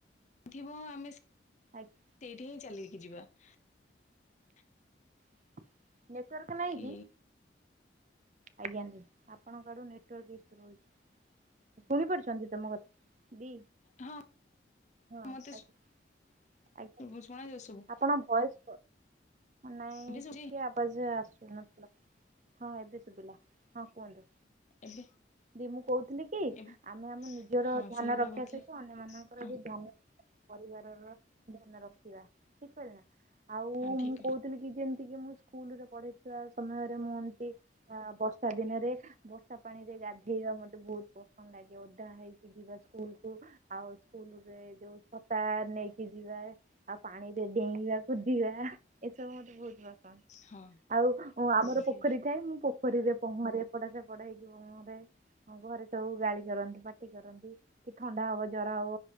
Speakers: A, on the left; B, on the right.
A: ଥିବ ଆମେ ସେଇଠି
B: ଆଜ୍ଞା
A: ଚାଲିକି ଯିବା ।
B: <inaudible> ନେଟୱାର୍କ ନାହିଁ
A: କି
B: କିି? ଆଜ୍ଞା ଦି ଆପଣ ଆଡୁ ନେଟୱାର୍କ ଇସ୍ୟୁ ଶୁଣିପାରୁଛନ୍ତି? ତମ କଥ୍ ବି,
A: ହଁ
B: ହଁ ଆଜ୍ଞା।
A: ମତେ
B: ଆଜ୍ଞା ଦି,
A: ଶୁଣାଯାଉ ସବୁ
B: ଆପଣ ଭୟସ୍ ନାଇଁ
A: ଏବେ ଶୁଭୁଛି
B: ଟିକେ ଆବାଜ ଆସ୍ ଶୁଭୁନଥିଲା, ହଁ ଏବେ ଶୁଭିଲା, ହଁ କୁହନ୍ତୁ।
A: ଏବେ
B: ଦି ମୁଁ କହୁଥିଲି କି
A: ଏବ୍
B: ଆମେ ଆମ ନିଜର
A: ହଁ
B: ଧ୍ୟାନ
A: ସେଇ କଥା
B: ରଖିବା
A: କହୁଥିଲି
B: ସହିତ ଅନ୍ୟ ମାନଙ୍କର
A: ହଁ
B: ବି ଧ୍ୟାନ ପରିବାରର ଧ୍ୟାନ ରଖିବା ଠିକ କହିଲି ନା। ଆଉ
A: ଠିକ୍
B: ମୁଁ
A: କହିଲେ
B: କହୁଥିଲି କି ଯେମତି ଏତିକି ମୁଁ ସ୍କୁଲ ରେ ପଢେଇଥିବା ସମୟରେ ମୁଁ ଏମିତି ଆ ବର୍ଷା ଦିନରେ ବର୍ଷା ପାଣିରେ ଗାଧେଇବା ମତେ ବହୁତ ପସନ୍ଦ ଲାଗେ, ।ଓଦା ହେଇକି ଯିବା ସ୍କୁଲକୁୁ ଆଉ ସ୍କୁଲ ରେ ଯୋଉ ଛତା ନେଇ କି ଯିବାରେ ଆଉ ପାଣିରେ ଡେଇଁବାକୁ କୁଦିବା ଏସବୁ ମତେ ବହୁତ ବହୁତ
A: ହଁ
B: ଆଉ ଆମର
A: ସେ
B: ପୋଖରୀ ଥାଏ ମୁଁ ପୋଖରୀରେ ପହଁରେ ପଟା ସେପଟା ହେଇକି ପହଁରେ ଘରେ ସବୁ ଗାଳି କରନ୍ତି ପାଟି କରନ୍ତି କି ଥଣ୍ଡା ହବ ଜର ହବ